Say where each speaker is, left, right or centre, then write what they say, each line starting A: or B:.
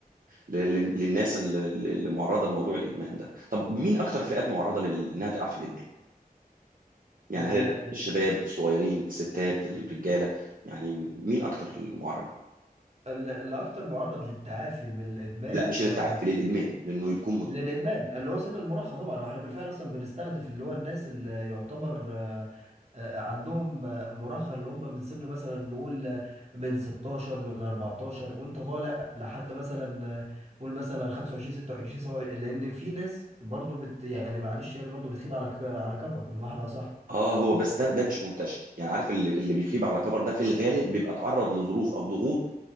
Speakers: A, on the right (about 65°); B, on the right (about 45°).
A: لل... للناس اللي اللي معرضه لموضوع الادمان ده طب مين اكتر فئات معرضه لل- انها تقع في الادمان يعني
B: ال-
A: هل
B: ال-
A: الشباب الصغيرين الستات الرجاله يعني مين اكتر المعرض
B: ال- اللي أكتر معرض للتعافي من الإدمان
A: لا مش للتعافي
B: آه،
A: للادمان لانه يكون مدمن
B: للادمان اللي هو سن المراهقه طبعا واحنا بالفعل اصلا بنستهدف اللي هو الناس اللي يعتبر آه، آه، عندهم آه، مراهقه اللي هم من سن مثلا نقول آه، من 16 من 14 وانت طالع لحد مثلا آه، قول مثلا 25 26 سواء لان في ناس برضو بت يعني معلش يعني برضو بتخيب على ك- على كبر بمعنى صح
A: اه هو بس ده ده مش منتشر يعني عارف اللي, اللي بيخيب على كبر ده في الغالب بيبقى تعرض لظروف او ضغوط